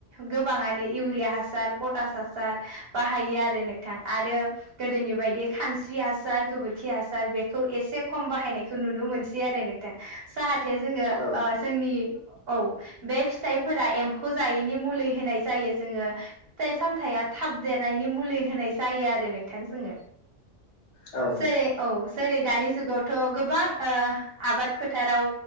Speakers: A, on the right; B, on the left.
A: गोबाङानो इउरिया हासार पटास हासार बाहायो आरो नोंथां आरो गोदोनि बेबायदि खानस्रि हासार गोबोरखि हासार बेखौ एसे खम बाहायनायखौ नुनो मोनस सै आरो नोंथां जाहाथे जोङो
B: औ
A: ओ जोंनि औ बे फिथाइफोरा एम्फौ जायैनि मुलै होनाय जायो जोङो फिथाइ सामथाया थाब देरनायनि मुलि होनाय जायो आरो नो नोंथां जोङो
B: औ नोंथां
A: सेरै औ जेरै दानि जुगावथ' गोबां ओ आबाद फोथाराव